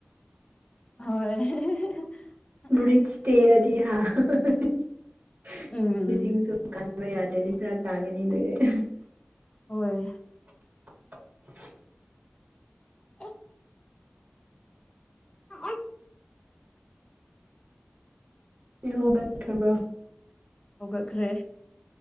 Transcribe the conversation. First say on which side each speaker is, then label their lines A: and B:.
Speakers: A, on the left; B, on the right.
A: ꯍꯣꯏ
B: ꯕ꯭ꯔꯤꯖ ꯇꯦꯛꯑꯗꯤ ꯍꯥ <unintelligible>
A: ꯎꯝ
B: ꯃꯤꯁꯤꯡꯁꯨ <unintelligible> ꯀꯥꯟꯕ ꯌꯥꯗ꯭ꯔꯗꯤ ꯐꯔꯛ ꯇꯥꯒꯅꯤ ꯂꯣꯏꯔꯦ <unintelligible>
A: ꯍꯣꯏ
B: <inaudible>
A: ꯑꯦ ꯑꯁ
B: ꯍꯧꯒꯠꯈꯔ꯭ꯕꯣ
A: ꯍꯧꯒꯠꯈ꯭ꯔꯦ